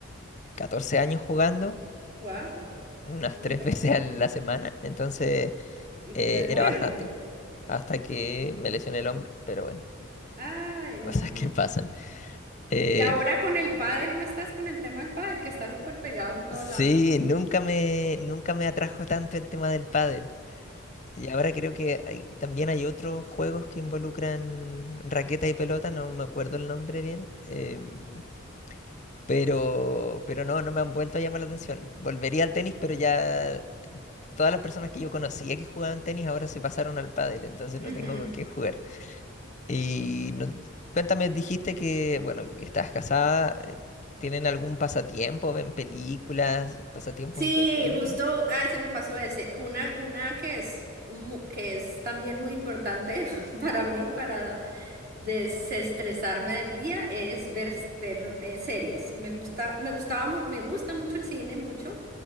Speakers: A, on the left; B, on the right.
A: 14 años jugando,
B: Wow.
A: unas
B: Un montón.
A: tres <laughs> veces a la semana. Entonces
B: Eres
A: eh, era
B: bueno.
A: bastante. Hasta que me lesioné el hombro, pero bueno,
B: Ay,
A: <laughs> cosas
B: no.
A: que pasan. Eh,
B: Y ahora con el pádel, no estás con el tema del pádel, que está súper pegado en todo
A: Sí,
B: lado.
A: nunca me, nunca me atrajo tanto el tema del pádel. Y ahora creo que hay- también hay otros juegos que involucran raqueta y pelota, no me acuerdo el nombre bien, em, pero, pero no, no me han vuelto a llamar la atención. Volvería al tenis, pero ya todas las personas que yo conocía que jugaban tenis ahora se pasaron al pádel, entonces
B: Ujú.
A: no tengo con qué jugar. Y no- cuéntame, dijiste que, bueno, que estás casada, eh, ¿tienen algún pasatiempo? ¿Ven películas, pasatiempos
B: Sí,
A: en conjunto?
B: justo, ay, se me pasó ese. Una, una que es, mu- que es también muy importante <laughs> para mí, para desestresarme del día, es ver, ver eh, series. Me gusta, me gustaba, mu- me gusta mucho el cine, mucho.